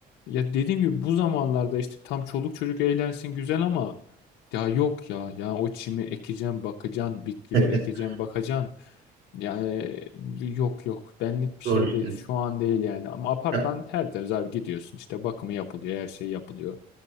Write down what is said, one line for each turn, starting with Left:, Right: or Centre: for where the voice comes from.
Left: ya dediğim gibi bu zamanlarda işte tam çoluk çocuk eğlensin güzel ama ya yok ya. Ya o çimi ekeceğim, bakacaksın. Bitkiler
Right: <laughs>
Left: ekeceğim, bakacaksın. Yani yok yok. Benlik bir
Right: Doğru
Left: şey
Right: söylüyorsun.
Left: değil. Şu an değil yani. Ama apartman
Right: Ya,
Left: tertemiz abi gidiyorsun. işte bakımı yapılıyor. Her şey yapılıyor.